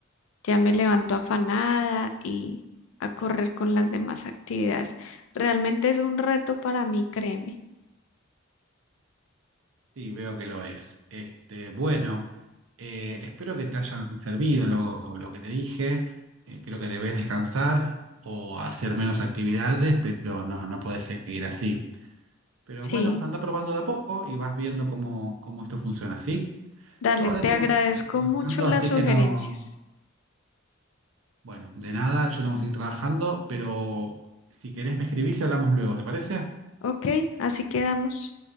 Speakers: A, on the left; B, on the right.
A: Ya me levanto afanada y a correr con las demás actividades. Realmente es un reto para mí, créeme.
B: Sí, veo que lo es. Este, bueno, eh, espero que te hayan servido lo, lo que te dije. Eh, creo que debes descansar o hacer menos actividades, pero no, no puedes seguir así. Pero bueno,
A: Sí,
B: anda probando de a poco y vas viendo cómo, cómo esto funciona, ¿sí?
A: dale,
B: Yo ahora
A: te
B: tengo
A: agradezco
B: que seguir trabajando,
A: mucho las
B: así
A: sugerencias.
B: que no. Bueno, de nada, yo tengo que seguir trabajando, pero si querés me escribís y hablamos luego, ¿te parece?
A: Ok, así quedamos.